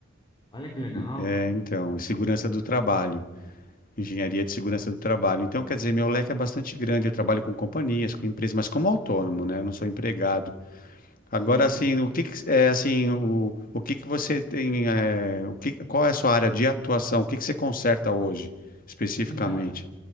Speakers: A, on the left; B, on the left.
A: Olha que legal.
B: é, então, e segurança do trabalho, engenharia de segurança do trabalho. Então, quer dizer, meu leque é bastante grande. Eu trabalho com companhias, com empresas, mas como autônomo, né? Eu não sou empregado. Agora,
A: Sim, sim.
B: assim, o que que- é assim, o, o que que você tem, é, o que, qual é a sua área de atuação? O que que você conserta hoje, especificamente?
A: Então,